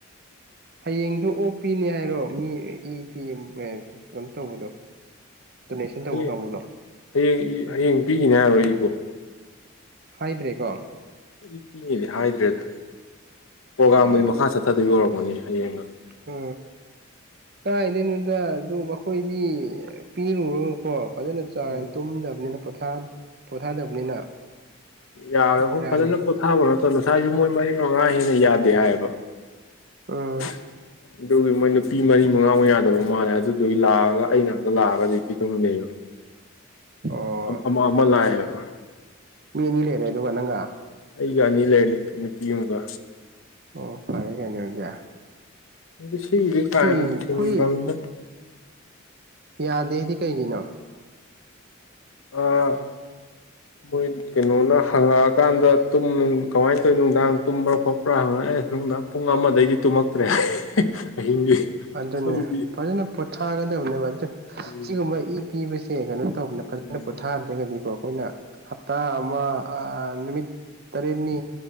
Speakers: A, on the right (about 50°); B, on the left (about 70°).
A: ꯍꯌꯦꯡꯁꯨ ꯑꯣ ꯄꯤꯅꯦ ꯍꯥꯏꯔꯣ ꯃꯤ ꯐꯤ ꯑꯝ ꯀꯩꯅꯣ ꯇꯧꯕꯗꯣ ꯗꯣꯅꯦꯁꯟ ꯇꯧꯕ
B: ꯍꯌꯦꯡ
A: ꯀꯥꯡꯕꯨꯗꯣ
B: ꯍꯌꯦꯡ ꯏ ꯍꯌꯦꯡ ꯄꯤꯈꯤꯅꯦ ꯍꯥꯏꯔꯣ ꯏꯕꯣ
A: ꯍꯥꯏꯗ꯭ꯔꯦ ꯀꯣ
B: ꯏ ꯄꯤꯅꯦꯗꯤ ꯍꯥꯏꯗ꯭ꯔꯦꯗ ꯄ꯭ꯔꯣꯒꯥꯝꯕꯨꯗꯤ
A: ꯎꯝ
B: ꯃꯈꯥ ꯆꯠꯊꯗꯣꯏ ꯑꯣꯏꯔꯝꯒꯅꯤ ꯍꯌꯦꯡꯒ
A: ꯑ ꯀꯥꯏꯗꯩꯅꯣꯗ ꯑꯗꯨ ꯃꯈꯣꯏꯗꯤ ꯄꯤꯔꯨꯔꯀꯣ ꯐꯖꯅ ꯆꯥꯔ
B: ꯎꯝ
A: ꯇꯨꯝꯗꯕꯅꯤꯅ ꯄꯣꯊꯥꯗꯕꯅꯤꯅ
B: ꯌꯥꯔꯐꯣ
A: ꯕꯦꯔꯥꯅꯦꯕ
B: ꯐꯖꯅ ꯀꯣꯊꯥ ꯔꯨꯔꯣ ꯑꯣ ꯉꯁꯥꯏꯁꯨ ꯃꯣꯏ ꯃꯔꯤ ꯃꯉꯥ ꯍꯦꯟꯅ ꯌꯥꯗꯦ ꯍꯥꯏꯌꯦꯕ
A: ꯎꯝ
B: inaudible ꯑꯗꯨꯒꯤ ꯃꯣꯏ ꯅꯨꯄꯤ ꯃꯔꯤ ꯃꯉꯥꯃꯨꯛ ꯌꯥꯗꯕ ꯃꯥꯜꯂꯦ ꯑꯗꯨꯗꯨꯒꯤ ꯂꯥꯛꯑꯒ ꯑꯩ ꯉꯥꯛꯇ ꯂꯥꯛꯑꯒꯗꯤ ꯄꯤ ꯇꯧꯃꯤꯟꯅꯩꯕ
A: ꯑꯣ
B: ꯑ ꯑꯃ ꯑꯃ ꯂꯥꯛꯏꯕ
A: ꯃꯤ ꯑꯅꯤ ꯂꯩꯔꯦ ꯑꯗꯨꯒ ꯅꯪꯒ
B: ꯑꯩꯒ ꯑꯅꯤ ꯂꯩꯔꯦ ꯅꯨꯄꯤ ꯑꯃꯒ
A: ꯑꯣ ꯐꯔꯦ ꯀꯩꯅꯗ
B: inaudible
A: ꯑꯩꯈꯣꯏ ꯌꯥꯗꯦꯗꯤ ꯀꯩꯒꯤꯅꯣ
B: ꯑꯥ ꯃꯣꯏ ꯀꯩꯅꯣꯅ ꯍꯪꯉꯛꯑꯀꯥꯟꯗ ꯇꯨꯝ ꯀꯃꯥꯏꯅ ꯇꯧꯋꯤ ꯅꯨꯡꯗꯥꯡ ꯇꯨꯝꯕ꯭ꯔꯥ ꯈꯣꯠꯄ꯭ꯔꯥ ꯍꯪꯉꯛꯑꯦ ꯅꯨꯡꯗꯥꯡ ꯄꯨꯡ ꯑꯃꯗꯩꯗꯤ ꯇꯨꯝꯃꯛꯇ꯭ꯔꯦ ꯍꯥꯏ ꯑꯍꯤꯡꯒꯤ
A: ꯑꯗꯨꯅꯦ
B: ꯑꯗꯨꯗꯤ
A: ꯐꯖꯅ ꯄꯣꯊꯥꯒꯗꯕꯅꯦꯕ ꯑꯗꯨ
B: ꯎꯝ
A: ꯁꯤꯒꯨꯝꯕ ꯏ ꯄꯤꯕꯁꯦ ꯀꯩꯅꯣ ꯇꯧꯕꯅ ꯐꯖꯅ
B: ꯎꯝ
A: ꯄꯣꯊꯥꯗ꯭ꯔꯒꯗꯤ ꯑꯩꯈꯣꯏꯅ ꯍꯥꯞꯇ ꯑꯃ ꯑ ꯅꯨꯃꯤꯠ ꯇꯔꯦꯠꯅꯤ